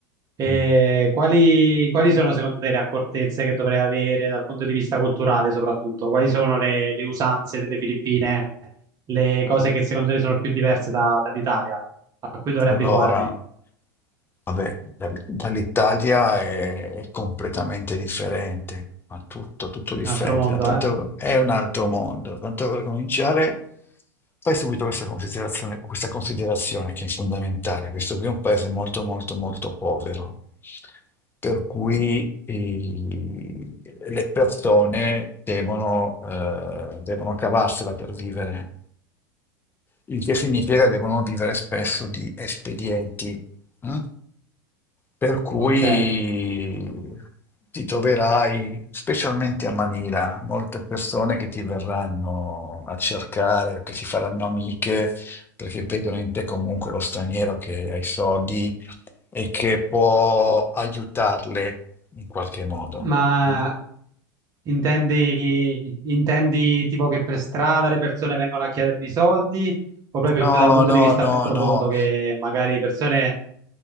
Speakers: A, on the right; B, on the left.
A: E
B: Mm.
A: quali, quali sono secondo te le accortezze che dovrei avere dal punto di vista culturale, soprattutto? Quali sono le, le usanze delle Filippine, le cose che secondo te sono più diverse da- dall'Italia, a cui dovrei
B: Allora,
A: abituarmi?
B: vabbè, da- dall'Italia è, è completamente differente, ma tutto, tutto differente,
A: Un altro mondo,
B: da tanto-
A: eh?
B: è un altro mondo. Tanto per cominciare. Fai subito questa considerazione, questa considerazione che è fondamentale. Questo qui è un paese molto, molto, molto povero, per cui i- le persone devono, eh, devono cavarsela per vivere il che significa che devono vivere spesso di espedienti, mm? per cui
A: Ok.
B: ti troverai, specialmente a Manila, molte persone che ti verranno a cercare, che si faranno amiche, perché vedono in te comunque lo straniero che ha i soldi e che può aiutarle in qualche modo.
A: Ma
B: mm?
A: Intendi, intendi tipo che per strada le persone vengono a chiedermi soldi o proprio
B: No,
A: da un punto
B: no,
A: di vista
B: no,
A: più profondo
B: no.
A: che magari persone...